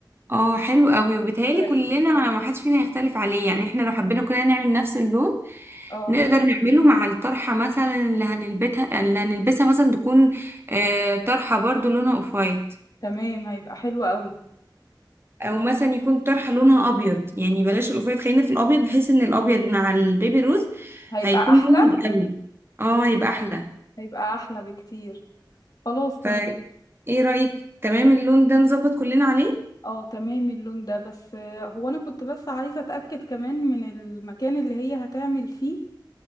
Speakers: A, on the right; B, on the left.
A: اه حلو قوي وبيتهيألي
B: ورقيق
A: كلنا
B: جدا
A: ما حدش فينا يختلف عليه يعني احنا لو حبينا كلنا نعمل نفس اللون
B: اه
A: نقدر نعمله مع الطرحة مثلا اللي هنلبسها اللي هنلبسها مثلا تكون آه، طرحة برضو لونها اوف وايت
B: تمام هيبقى حلو قوي
A: او مثلا يكون طرحة لونها ابيض يعني بلاش الاوف وايت خلينا في الابيض بحيث ان الابيض مع البيبي روز
B: هيبقى
A: هيكون
B: احلى
A: مبهج قوي اه هيبقى احلى
B: هيبقى احلى بكتير خلاص تمام
A: فايه رأيك تمام اللون ده نظبط كلنا عليه
B: اه تمام اللون ده بس آه، هو انا كنت بس عايزة اتأكد كمان من المكان اللي هي هتعمل فيه